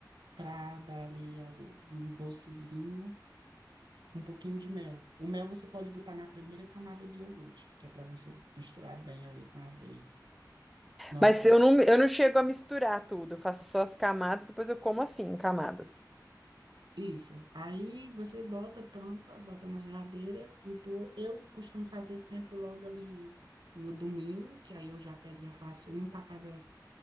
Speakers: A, on the right (about 80°); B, in the centre.
A: para dar ali algo, um docezinho, um pouquinho de mel. O mel você pode botar na primeira camada de iogurte, que é para você misturar bem ali com a aveia. Nossa,
B: Mas eu não, eu não chego a misturar tudo, eu faço só as camadas, depois eu como assim, em camadas.
A: isso. Aí você bota, tampa, bota na geladeira e pô, eu costumo fazer sempre logo ali no domingo, que aí eu já pego, e já faço um para cada